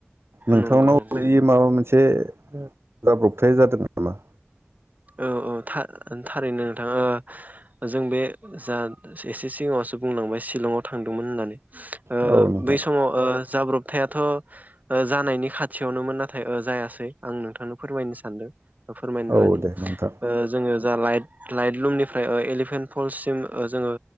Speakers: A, on the right; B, on the right.
A: नोंथांनाव
B: नंगौ नंगौ
A: बेयो माबा मोनसे से जाबब्रब थाय जादों नामा?
B: औ औ था थारैनो नोंथाङा जों बे जा एसे सिगाङावसो बुंलांबाय सिलंआव थांदोंमोन होननानै ओ
A: औ नोंथां
B: बै समाव ओ जाब्रब थायाथ जानायनि खाथियावनोमोन नाथाय ओ जायासै आं नोंथांनो फोरमायनो सानदों। फोरमायनो
A: औ
B: लानि
A: दे नोंथां
B: ओ जोङो जा लाइट लाइट लुमनिफ्राय ओ एलिफेन्ट फल सिम ओ जोङो